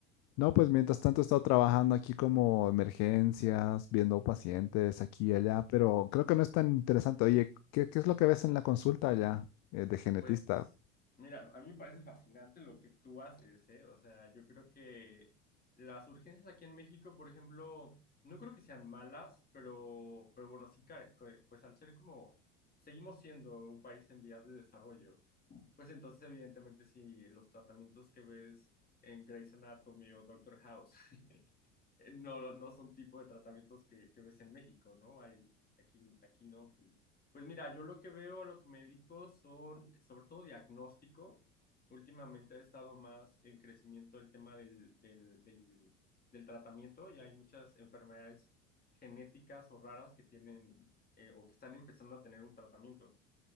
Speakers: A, on the left (about 45°); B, on the left (about 25°).
A: no, pues mientras tanto he estado trabajando aquí como emergencias, viendo pacientes aquí y allá, pero creo que no es tan interesante. Oye, ¿qué, qué es lo que ves en la consulta allá, eh, de genetista?
B: Pues mira, a mí me parece fascinante lo que tú haces, ¿eh? O sea, yo creo que las urgencias aquí en México, por ejemplo, no creo que sean malas, pero, pero bueno, sí, ca- co- pues al ser como, seguimos siendo un país en vías de desarrollo, pues entonces evidentemente sí, los tratamientos que ves en Grey's Anatomy o Doctor House <laughs> eh, no, no no son tipo de tratamientos que, que ves en México, ¿no? Hay, aquí, aquí no. Pues mira, yo lo que veo, lo que me dedico son sobre todo diagnóstico. Últimamente ha estado más en crecimiento el tema del, del, del, del tratamiento y hay muchas enfermedades genéticas o raras que tienen eh, o que están empezando a tener un tratamiento.